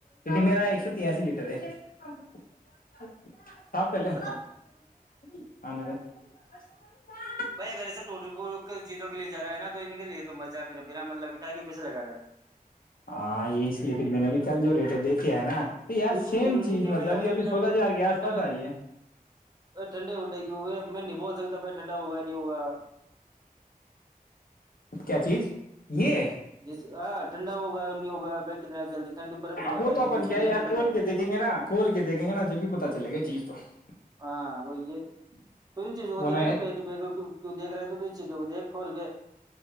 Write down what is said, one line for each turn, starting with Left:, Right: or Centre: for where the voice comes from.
Left: کیکہ میرا ایک سو تیاسی لیٹر <unintelligible> <unintelligible>
Right: تو
Left: <unintelligible>
Right: بھائی اگر ایسے ٹ چیزوں کے لیے جا ہے نا تو ان لیے تو مزہ بھی نانا مطلب کائے کے پیس لگا
Left: <unintelligible> میں نے ابھی کل جو ریٹ دیکھے ہے نا تو یار
Right: یہ
Left: سیم
Right: ضروری
Left: چیز
Right: ہے کہ بھائی
Left: مطلب
Right: اگر
Left: یہ ابھی
Right: ٹھنڈے
Left: سولہ ہزار کے آس
Right: ٹھنڈا
Left: پاس آ رہی ہے
Right: ٹھنڈے ونڈے کی ہوئے میں نہیں بول سکتا بھائی ٹھنڈا ہوگا نہیں ہوگا
Left: کیا چیز <unintelligible>
Right: جیسے <unintelligible> جلدی ٹھنڈی برف جماتا
Left: وہ تو
Right: کتنی
Left: اپن
Right: جلدی
Left: کیا ہے یار
Right: ٹھنڈا
Left: کھول
Right: کر
Left: کے دیکیں گے نا کھول کے دیکھیں گے نا جب بھی پتتا چلے گا چیز <unintelligible>
Right: ہاں وہی یہ تو ان چیزوں کو
Left: ورنہ
Right: دیکھناا پ پ کی دیک رہے تو ان چیزوں کو دیکھ <unintelligible>